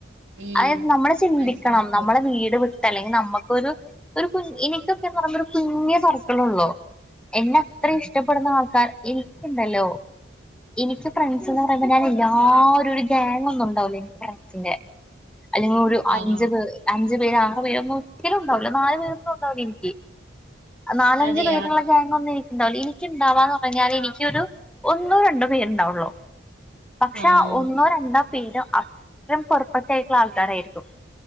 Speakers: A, on the right; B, in the centre.
A: ഉം
B: അതായത് നമ്മള് ചിന്തിക്കണം
A: മനസ്സിലായി
B: നമ്മളെ വീട് വി അല്ലെങ്കിൽ നമ്മക്കൊരു കു എനിക്കൊക്കെന്ന് പറയുമ്പം ഒരു കുഞ്ഞ് സർക്ക്ളൊള്ളൂ എന്നാ ഇത്ര ഇഷ്ടപ്പെടുന്ന ആൾക്കാർ ഇനിക്ക്ണ്ടല്ലോ ഇനിക്ക് ഫ്രണ്ട്സ്ന്ന് പറയുമ്പം ഞാൻ എല്ലാരും ഒരു ഗ്യാ <unintelligible> <unintelligible> ച്ചിനെ അല്ലെങ്കിൽ ഒരു അഞ്ച്
A: ആഹ്
B: പേ അഞ്ചു പേരാണ് വേ ഒന്നും ഒരിക്കലും ണ്ടാവൂല നാല് പേരൊന്നും ഉണ്ടാവു എനിക്ക് നാലഞ്ച്
A: അതെയാ
B: പേരുള്ള ഗ്യാങ്ങൊന്നും എനി ഇണ്ടാവുല എനിക്ക്ണ്ടാവാ പറഞ്ഞാൽ എനിക്കൊരു ഒന്നോ രണ്ടോ പേരുണ്ടാവുള്ളോ പക്ഷെ
A: ആഹ്
B: ആ ഒന്നോ രണ്ടോ പീട അത്രം പൊറപ്പെട്ടായിട്ടുള്ള ആൾക്കാരായിരിക്കും